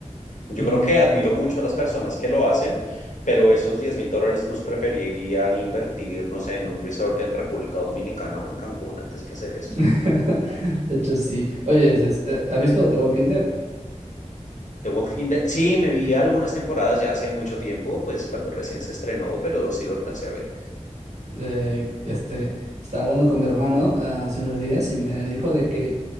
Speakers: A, on the left; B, on the right.
A: yo
B: mm,
A: creo que admiro mucho a las personas que lo hacen, pero esos diez mil dólares los preferiría invertir, no sé, en un resort en República Dominicana o en Cancún antes que hacer eso.
B: <laughs> De hecho, sí. Oye, es- es- eh, ¿has visto The Walking Dead?
A: The Walking Dead, sí, me vi algunas temporadas ya hace mucho tiempo, pues cuando recién se estrenó, pero sí lo alcancé a ver.
B: Eh, este, estaba hablando con mi hermano ah, hace unos días y me dijo de que